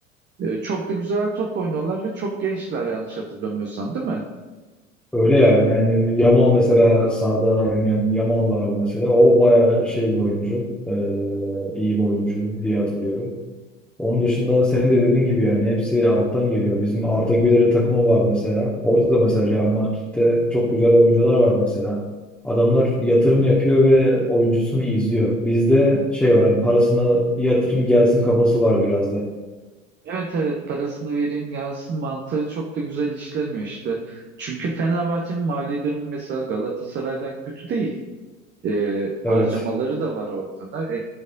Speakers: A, on the right; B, in the centre.
A: E, çok da güzel top oynuyorlar ve çok gençler yanlış hatırlamıyorsan değil mi?
B: Öyle ya. Yani Yamal mesela sahada oynayan Yamal vardı mesela. O bayağı şey bir oyuncu. Ee, iyi bir oyuncu diye hatırlıyorum. Onun dışında senin de dediğin gibi yani hepsi alttan geliyor. Bizim Arda Güler'in takımı var mesela. Orada da mesela Real Madrid'de çok güzel oyuncular var mesela. Adamlar yatırım yapıyor ve oyuncusunu izliyor. Bizde şey var yani parasını yatırım gelsin kafası var biraz da.
A: Evet evet parasını vereyim gelsin mantığı çok da güzel işlemiyor işte. Çünkü Fenerbahçe'nin mali durumu mesela Galatasaray'dan kötü değil. E,
B: Evet.
A: harcamaları da var ortada. E,